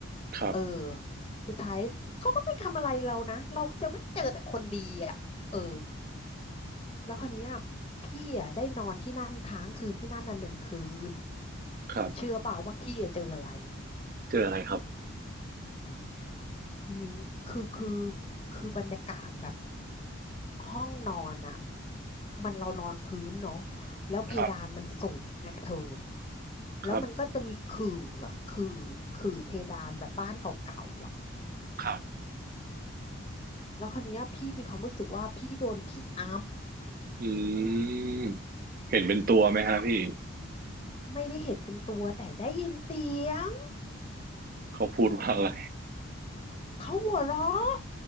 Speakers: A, on the right (about 40°); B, on the left (about 25°).
A: ครับ
B: เออสุดท้ายเขาก็ไม่ทำอะไรเรานะเราจะไม่เจอแต่คนดีอะเออ แล้วคราวเนี้ยพี่อ่ะได้นอนที่นั่นค้างคืนที่นั่นน่ะหนึ่งคืน
A: ครับ
B: เชื่อเปล่าว่าพี่อะเจออะไร
A: เจออะไรครับ
B: มีคือคือคือบรรยากาศแบบห้องนอนอ่ะมันเรานอนพื้นเนาะแล้วเพดานมันสูงไงเธอ
A: ครับ
B: แล้วมันก็จะมีขื่ออ่ะขื่อขื่อเพดานแบบบ้านเก่าๆอ่ะ
A: ครับครับ
B: แล้วคราวเนี้ยพี่มีความรู้สึกว่าพี่โดนผีอ
A: อืมเห็นเป็นตัวไหมฮะพี่
B: ำอำไม่ได้เห็นเป็นตัวแต่ได้ยินเสียง
A: เขาพูดว่าอะไร
B: เขาหัวเราะ